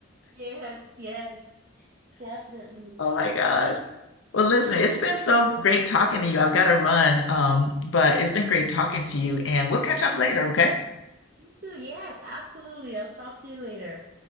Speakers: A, on the right; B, on the left.
A: yes yes definitely
B: Oh my gosh. Well, listen, it's been so great talking to you. I've got to run, um, but it's been great talking to you, and we'll catch up later, okay?
A: you too yes absolutely i'll talk to you later